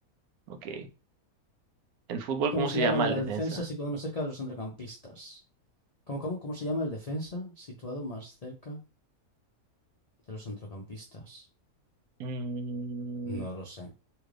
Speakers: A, on the right; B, on the left.
A: Ok. En fútbol,
B: ¿Cómo
A: ¿cómo
B: se
A: se
B: llama
A: llama
B: la
A: el defensa?
B: defensa situado más cerca de los centrocampistas? ¿Cómo, cómo, cómo se llama el defensa situado más cerca de los centrocampistas?
A: Mm,
B: No lo sé.